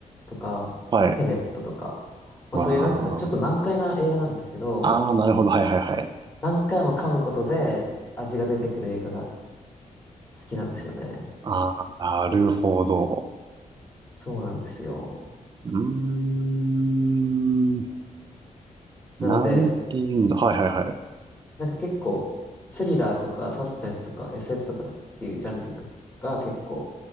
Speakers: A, on the left; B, on the right.
A: とか、
B: はい。
A: テネットとか、まあ、
B: わ
A: そういう、なんていうの、ちょっと難解な映画なんですけど、
B: ー。あー、なるほど。はいはいはい。
A: 何回も噛むことで味が出てくる映画が好きなんですよね。
B: あー、なるほど。
A: そうなんですよ。
B: うーん。なんて言うんだ。
A: なので、
B: はいはいはい。
A: なんか結構、スリラーとかサスペンスとか SF とかっていうジャンルが結構